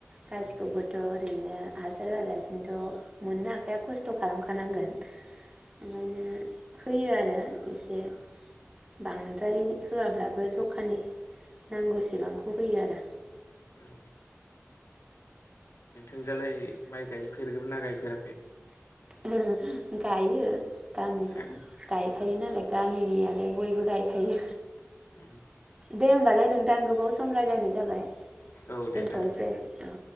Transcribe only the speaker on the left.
औ
औ नोंथांजोआलाय माइ गाय फेरगोनना गायफेराखै
ए
उम
औ
दे जागोन दे